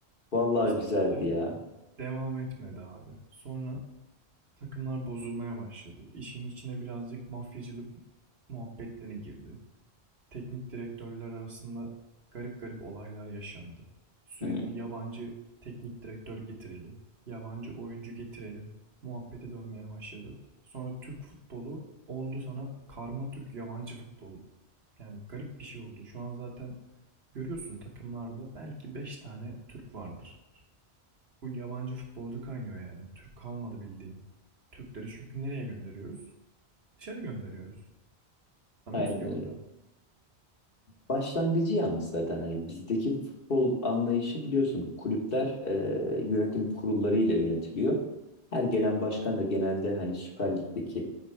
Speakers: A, on the left; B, on the right.
A: Vallahi
B: İşte
A: güzeldi
B: o hype
A: ya.
B: devam etmedi abi. Sonra takımlar bozulmaya başladı. İşin içine birazcık mafyacılık muhabbetleri girdi. Teknik direktörler arasında garip garip olaylar yaşandı. Sürekli
A: Hı,
B: yabancı teknik direktör getirelim, yabancı oyuncu getirelim muhabbeti dönmeye başladı. Sonra Türk futbolu oldu sana karma Türk yabancı futbol. Yani garip bir şey oldu. Şu an zaten görüyorsun takımlarda belki 5 tane Türk vardır. Full yabancı futbolcu kaynıyor yani. Türk kalmadı bildiğin. Türkleri çünkü nereye gönderiyoruz? Dışarı gönderiyoruz. Tutamıyoruz
A: aynen
B: ki
A: öyle.
B: burada.
A: Başlangıcı yalnız zaten hani bizdeki futbol anlayışı biliyorsun kulüpler e, yönetim kurullarıyla yönetiliyor. Her gelen başkan da genelde hani Süper Lig'deki